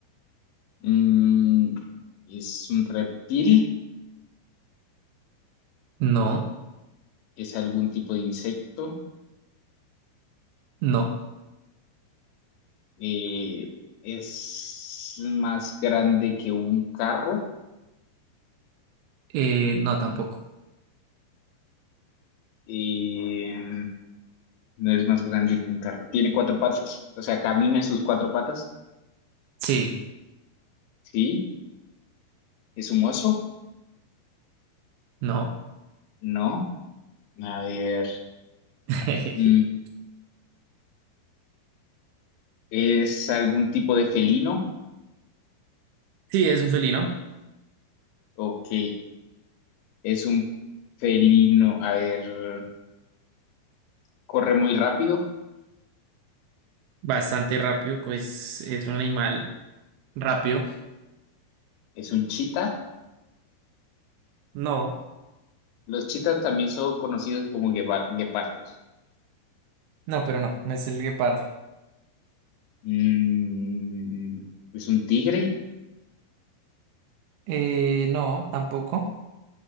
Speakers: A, on the left; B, on the right.
A: Mm, es un reptil,
B: no,
A: es algún tipo de insecto,
B: no,
A: Eh, es más grande que un carro,
B: eh, no tampoco.
A: Eh, no es más grande que un carro. Tiene cuatro patas, o sea, camina en sus cuatro patas,
B: Sí,
A: ¿sí? ¿Es un oso?
B: no.
A: No. A ver.
B: <laughs>
A: mm, ¿Es algún tipo de felino?
B: Sí, es un felino.
A: Ok. ¿Es un felino? A ver, corre muy rápido.
B: bastante rápido, pues es un animal rápido.
A: ¿Es un chita?
B: No,
A: Los chitas también son conocidos como gueva- guepardos.
B: no, pero no, no es el guepardo.
A: Mm, ¿es un tigre?
B: Eh, no, tampoco.